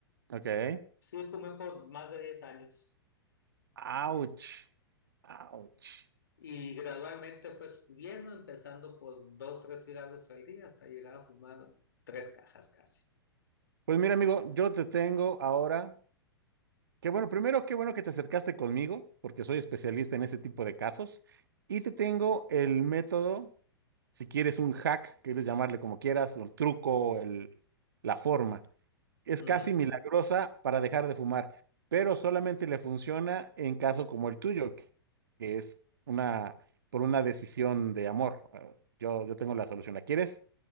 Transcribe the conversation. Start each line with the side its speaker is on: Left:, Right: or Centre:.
Right: Ok.
Left: Sí, fumé por más de 10 años
Right: Ouch. Ouch.
Left: y gradualmente fue subiendo, empezando por dos, tres cigarros al día hasta llegar a fumar tres cajas casi.
Right: Pues mira, amigo, yo te tengo ahora Qué bueno, primero, qué bueno que te acercaste conmigo, porque soy especialista en ese tipo de casos. Y te tengo el método, si quieres un hack, quieres llamarle como quieras, o el truco, el, la forma. Es
Left: Ujú.
Right: casi milagrosa para dejar de fumar, pero solamente le funciona en caso como el tuyo, que que es una, por una decisión de amor. Eh, Yo, yo tengo la solución. ¿La quieres?